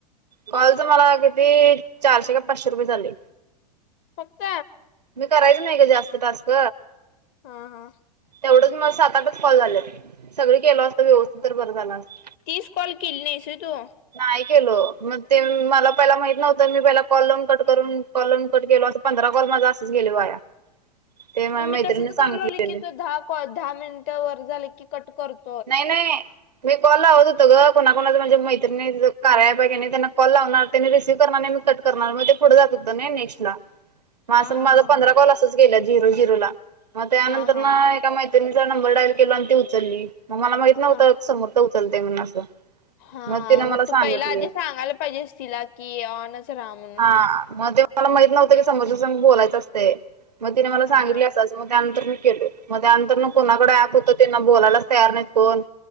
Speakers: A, on the right; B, on the left.
A: कॉलचे मला किती चारशे का पाचशे रुपये झाले.
B: फक्त
A: मी करायचं नाही ग जास्त टास्क.
B: हा हा.
A: तेवढंच मला सात-आठच कॉल झालेत सगळे केलं असतं व्यवस्थित तर बरं झालं असतं.
B: तीस कॉल केली नाहीस व्हय तू?
A: नाही केलो मग ते मला पहिला माहित नव्हतं, मी पहिला कॉल लावून कट करून कॉल लावून कट केलो अस पंधरा कॉल माझा असंच गेले वाया.
B: <inaudible>
A: ते माझ्या
B: मग मी
A: मैत्रिणीने
B: तसच करा
A: सांगितलेले
B: लागलो की त दहा, दहा मिनिटावर झाले की कट करत.
A: नाही नाही. मी कॉल लावत होतो ग कोणा कणाचं म्हणजे मैत्रिणी कार्या ॲप नाही त्यांना कॉल लावणार त्यांनी रिसीव्ह करणार नाही मी कट करणार मग ते पुढं जातात ना नेक्स्ट ला.
B: <inaudible>
A: म असं माझ
B: हा
A: पंधरा
B: हा
A: कॉल असच गेला झिरो-झिरो ला मग त्यानंतर
B: हा हा
A: ना. मैत्रिणीचा नंबर डायल केलो आणि ती उचलली मग मला माहित नव्हतं
B: हा
A: समोर तर उचलतेय म्हणून असं.
B: हा
A: तिनं
B: मग
A: मला
B: तू
A: सांगितले
B: पहिला आधी सांगायला पाहिजेस तिला की ऑनच राहा म्हण.
A: हा मग ते मला माहित नव्हतं की समज सम बोलायचं असते. मग तिने मला
B: हा
A: सांगितले
B: हा
A: असच मग त्यानंतर मी केल मग त्यानंतर ना कोणाकडे ॲप होतं त्यांना बोलायला तयार नाही. कोण.